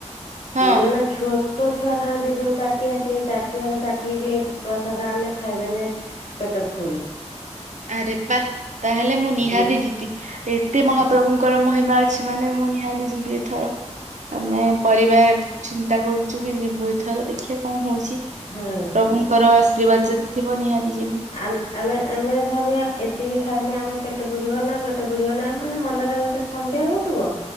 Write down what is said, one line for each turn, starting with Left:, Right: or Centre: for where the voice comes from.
Right: ହଁ
Left: ମାନେ ଛୋଟ ଛୁଆ ଖାଆନ୍ତି ଯୋଉ ତାଟିଆ ସେଇ ତାଟିଆ ର ତାଟିଏ ବି ପ୍ରସାଦ ଆଣିନେ ଖାଇଦେନେ ପେଟ ଫୁଲୁ।
Right: ଆରେ ବାଃ ତାହେଲେ ମୁଁ ନିହାତି
Left: ଦୁଇ
Right: ଯିବି। ଏତେ ମହାପ୍ରଭୁଙ୍କର ମହିମା ଅଛି ମାନେ ମୁଁ ନିହାତି ଯିବି ଏଥର। ଆମେ ପରିବାର ଚିନ୍ତା କରୁଛୁ କି ଯିବୁ ଏଥର ଦେଖିବା କଣ ହଉଛି। ପ୍ରଭୁଙ୍କର
Left: ହଁ
Right: ଆଶୀର୍ବାଦ ଯଦି ଥିବ ନିହାତି ଯିବୁ।
Left: ଆମେ ଆମେ ଆମେ ଭାବିବା ଏତିକି ଖାଇନି ଆମ ପେଟ ପୁରିବ ନା ପେଟ ପୁରିବ ନା ମାନେ ମନରେ ଗୋଟେ ସନ୍ଧେହ ହଉଥିବ।